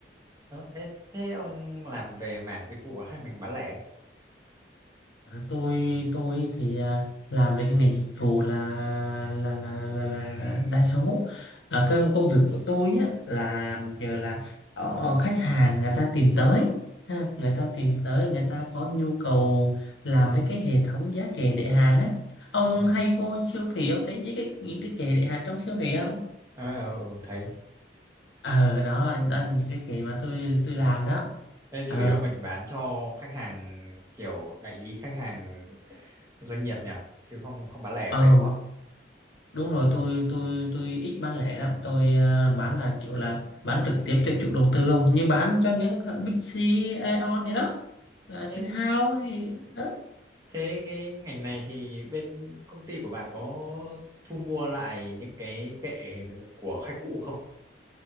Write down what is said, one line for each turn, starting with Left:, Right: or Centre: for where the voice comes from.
Right: Đó, thế thế ông làm về mảng dịch vụ hay mình bán lẻ?
Left: À, tôi tôi thì à, làm về cái ngành dịch vụ là là là là, là đa số à, cái công việc của tôi á là giờ là ờ, khách hàng người ta tìm tới ha, người ta tìm tới người ta có nhu cầu làm mấy cái hệ thống giá kệ để hàng á ông
Right: Ờ,
Left: hay vô siêu thị ông thấy những cái những cái kệ để hàng trong siêu thị không
Right: ờ, ờ, ờ, thấy.
Left: ờ đó, đó là những cái kệ mà tôi tôi làm đó
Right: Thế
Left: ờ
Right: chủ yếu mình bán cho khách hàng kiểu đại lý khách hàng doanh nghiệp nhỉ, chứ không không bán lẻ
Left: ờ
Right: mấy đúng không?
Left: Đúng rồi, tôi tôi tôi ít bán lẻ lắm, tôi à, bán là kiểu là bán trực tiếp cho chủ đầu tư không, như bán cho những hãng Big C, Aeon này đó, à, Sun
Right: Thế
Left: House hay đó.
Right: thế cái ngành này thì bên công ty của bạn có thu mua lại những cái kệ của khách cũ không?